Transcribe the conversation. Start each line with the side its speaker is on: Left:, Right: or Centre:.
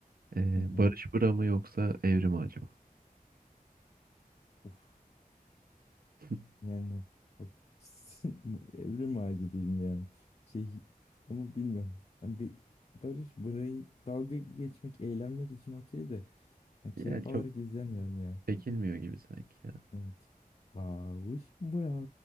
Right: Ee,
Left: Hı hı.
Right: Barış Bıra mı yoksa Evrim Ağacı mı?
Left: Uf.
Right: <laughs>
Left: Yani hep- <laughs> evrim ağacı diyeyim yani. Şey ama bilmiyorum. Yani bir Barış burayı dalga geçmek, eğlenmek için okey de Ya
Right: Yani
Left: keyif
Right: çok
Left: alarak izlemiyorum ya.
Right: çekilmiyor gibi sanki ya.
Left: Evet. Bavuş bu ya.